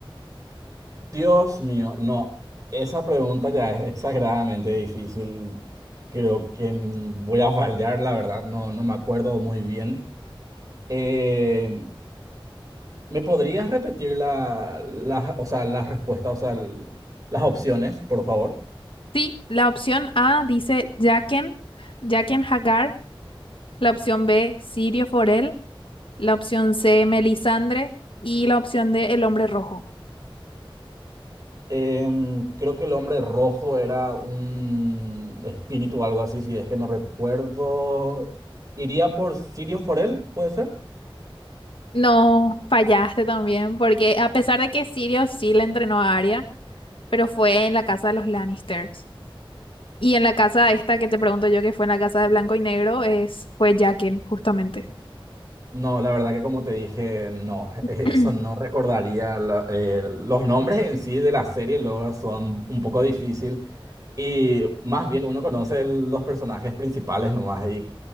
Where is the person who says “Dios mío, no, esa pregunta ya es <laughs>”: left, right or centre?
Right